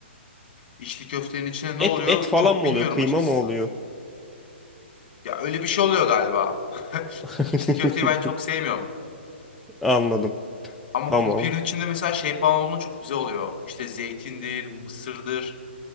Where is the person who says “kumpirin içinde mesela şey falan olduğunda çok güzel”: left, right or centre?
Left